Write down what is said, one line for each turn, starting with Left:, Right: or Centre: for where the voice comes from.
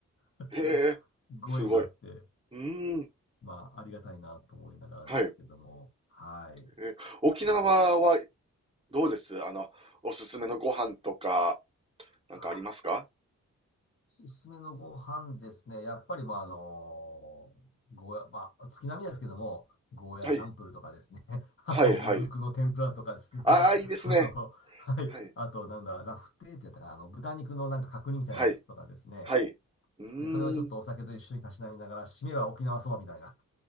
Left: <laughs>
Right: へえ、
Left: ご縁があって。
Right: すごい。うーん。
Left: まあ、ありがたいなと思いながらですけども、
Right: はい。
Left: はい。
Right: え、沖縄はどうですあの、おすすめのご飯とか、なんかありますか
Left: あ、おすすめのご飯ですね。やっぱり、まあ、あのゴーヤ、まあ、月並みですけども、ゴーヤチャンプルとかですね。
Right: はい。
Left: <laughs> あと、
Right: はい、はい。
Left: もずくの天ぷらとかですね。
Right: ああ、いいですね。
Left: <laughs> あと、はい。
Right: はい、
Left: あと、なんだ、ラフテーってやったかな。あの、豚肉のなんか角煮みたいなやつとかですね。
Right: はい、はい。うーん。
Left: で、それをちょっとお酒と一緒にたしなみながら、締めは沖縄そばみたいな。